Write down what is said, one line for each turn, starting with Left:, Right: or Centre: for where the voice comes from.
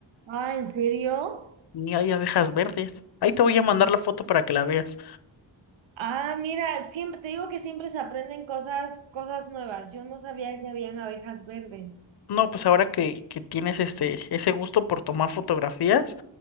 Right: Ah, ¿en serio?
Left: Ni hay abejas verdes. Ahí te voy a mandar la foto para que la veas.
Right: Ah, mira, siempre te digo que siempre se aprenden cosas, cosas nuevas. Yo no sabía que habían abejas verdes.
Left: No, pues ahora que, que tienes este, ese gusto por tomar fotografías,